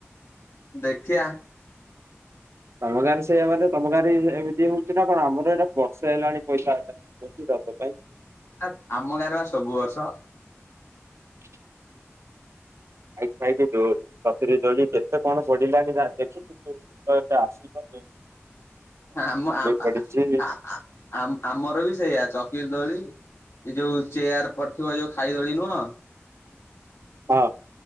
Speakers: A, on the left; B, on the right.
A: ଦେଖିଆ।
B: ତମ ଗାଁ ରେ ସେଇଆ ମାନେ ତମ ଗାଁରେ ବି ଏମିତି ହଉଛି ନା କଣ ଆମର ଏଇଟା ବର୍ଷେ ହେଲାଣି ପଇସା ଆଦାଏ ବେସି ପାଇଁ
A: ଆ ଆମ ଗାଁରେ ବା ସବୁ ବର୍ଷ।
B: <inaudible> ଖାଇ ଖାଇକି ତୁର ଚକିରି ଦୋଳି କେତେ କଣ ପଡ଼ିଲାଣି ରା ଦେଖିଛୁ ତୁ ତ ଏ ଆସି ପା
A: ଆମ ଆମ
B: ପଡିଛି
A: ଆ ଆ ଆ ଆମ ଆ ଆମର ବି ସେଇଆା ଚକିରି ଦୋଳି ଏଇ ଯୋଉ ଚେୟାର ପଡିଥିବ ଯୋଉ ଖାଇଦୋଳି ନୁହଁ?
B: ହଁ।